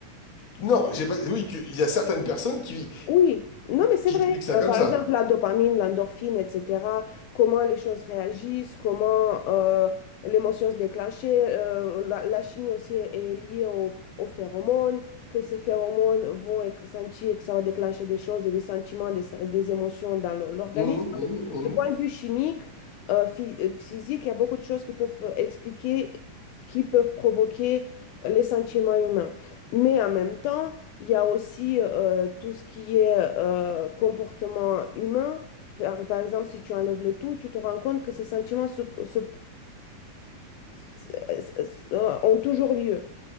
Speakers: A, on the left; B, on the left.
A: Non, j'ai pas, oui, que- il y a certaines personnes qui,
B: Oui, non, mais c'est
A: qui
B: vrai.
A: expliquent ça
B: Euh,
A: comme
B: par
A: ça.
B: exemple, la dopamine, l'endorphine, etc., comment les choses réagissent, comment euh, l'émotion se déclenche. euh, la, la chimie aussi est liée au- aux phéromones, que ces phéromones vont être sentis et que ça va déclencher des choses, des sentiments, des, des émotions dans l'o- l'organisme.
A: Mhm,
B: En
A: mhm,
B: fait,
A: mhm.
B: De point de vue chimique, euh, phy- euh, physique, il y a beaucoup de choses qui peuvent euh, expliquer, qui peuvent provoquer les sentiments humains. Mais en même temps, il y a aussi euh, tout ce qui est euh, comportement humain. Par, par exemple, si tu enlèves le tout, tu te rends compte que ces sentiments se- se- se- euh, se- ont toujours lieu.